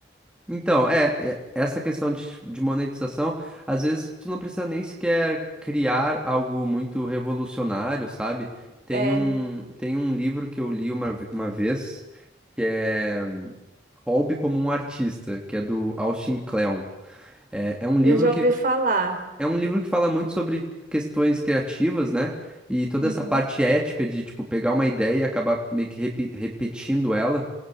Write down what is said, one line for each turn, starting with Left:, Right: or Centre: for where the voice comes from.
Centre: Então, é, é- essa questão de, de monetização, às vezes tu não precisa nem sequer criar algo muito revolucionário, sabe? Tem
Right: É,
Centre: um, tem um livro que eu li uma, ve- uma vez, que é Hobby como um Artista, que é do Austin Kleon. É, é um livro
Right: eu já
Centre: que
Right: ouvi falar.
Centre: É um livro que fala muito sobre questões criativas, né? E toda
Right: Uhum,
Centre: essa parte ética de, tipo, pegar uma ideia e acabar meio que repi- repetindo ela.